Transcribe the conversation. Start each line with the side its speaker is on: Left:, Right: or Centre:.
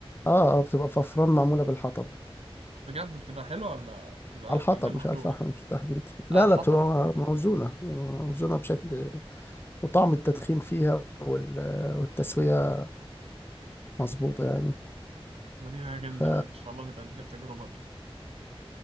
Left: اه اه بتبقى ففران معمولة بالحطب
Right: بجد بتبقى حلوه ولا بتبقى
Left: على الحطب
Right: كانها محروقه
Left: مش على الفحم بالتحديد لا
Right: اه حطب
Left: لا بتبقى موزونة موزونة بشكل وطعم التدخين فيها وال... والتسوية مظبوطة يعني
Right: ما دي حاجة جامدة
Left: ف
Right: أوي إن شاء الله نبقى نديها تجربة دي